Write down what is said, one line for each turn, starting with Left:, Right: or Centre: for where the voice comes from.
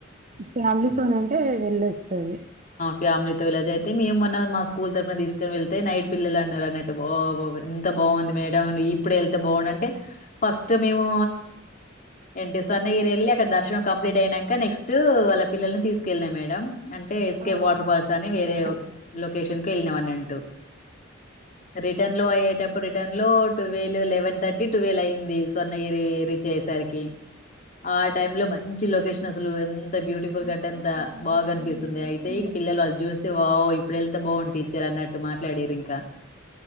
Right: ఫ్యామిలీతోనంటే వెళ్ళొస్తుంది
Left: ఫ్యామిలీతోో ఇలాజ అయితే మేముమన్న మా స్కూల్ తరపున తీసుకొని వెళ్తే నైట్ పిల్లలు అన్నారు అన్నట్టు ఎంత బాగుంది మేడం ఇప్పుడే వెళ్తే బాగు అంటే ఫస్ట్ మేము ఏంటి స్వర్ణగిరి వెళ్లి అక్కడ దర్శనం కంప్లీట్ అయినాక నెక్స్ట్ వాళ్ళ పల్లల్ని తీసుకెళ్ళినయి మేడడం అంటే ఎస్కే
Right: ఆ
Left: వాటర్ ఫాల్స్ అని వేరే
Right: వాటర్ ఫాల్స్
Left: లొకేషన్ కు వెళ్ళినాంనటూ రిటర్న్ లో అయ్యేటప్పుడు రిటన్లో టువేల్ లెవెన్ థర్టీ టువేల్ అయిం ది సొర్ణగిరి రీచ్ అయేసరికి ఆ టైమ్ లో మంచి లోకేష్ అసలు ఎన్ ఎంత బ్యూటిఫుల్
Right: ఆ
Left: కంటే
Right: టైమ్
Left: అంత
Right: లో ఇంకా బాగుంటది
Left: బాగా కనిపిస్తుంది,
Right: నైట్
Left: అయితె
Right: టైమ్
Left: ఇక
Right: కదా
Left: పిల్లలు వాళ్ళు చూస్తే వావ్ ఇప్పుడు వెళ్తే బావు టీచర్ అన్నట్టు మాట్లడిరింకా